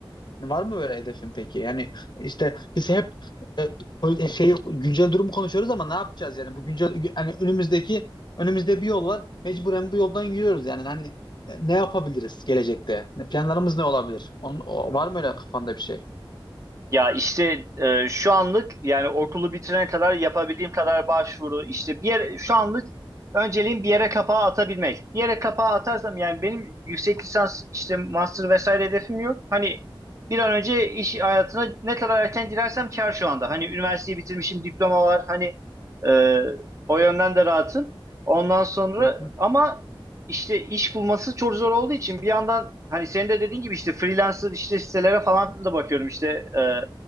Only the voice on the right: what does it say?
Ya işte e, şu anlık yani okulu bitirene kadar yapabildiğim kadar başvuru işte bir yere, şu anlık önceliğim bir yere kapağı atabilmek. Bir yere kapağı atarsam yani benim yüksek lisans işte master vesaire hedefim yok. Hani bir an önce iş hayatına ne kadar erken girersem kar şu anda. Hani üniversiteyi bitirmişim diploma var hani e, o yönden de rahatım. Ondan sonra
ama işte iş bulması çok zor olduğu için bir yandan hani senin de dediğin gibi işte freelancer işte sitelere falan da bakıyorum işte e,